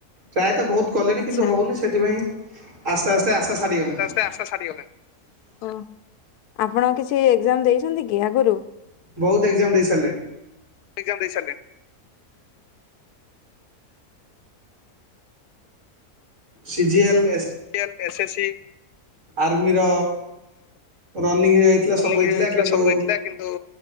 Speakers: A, on the right; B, on the left.
A: ପ୍ରାୟ ତ ବହୁତ କଲେଣି
B: ଆଚ୍ଛା।
A: କିନ୍ତୁ ହଉନି ସେଥିପାଇଁ ଆସ୍ତେ ଆସ୍ତେ ଆସ୍ତେ ସାରିଗଲେଣି।
B: ସା ସାଡ଼ିିଗଲାଣି। ଓ ଆପଣ କିଛି ଏକ୍ଜାମ ଦେଇଛନ୍ତି କି ଆଗରୁ?
A: ବହୁତ ଏକ୍ଜାମ ଦେଇ ସାରିଲେ।
B: ଏକ୍ସଜାମ ଦେଇ <unintelligible>
A: C G L.
B: C G L SSC
A: ଆର୍ମିର ରନିଂ ହେଯାଇଥିଲା
B: ରନିଂ
A: ସବୁ ହେଇଥିଲା
B: ହେଇଯାଇଥିଲା
A: କିନ୍ତୁ
B: ସବୁ ହେଇଥିଲା କିନ୍ତୁ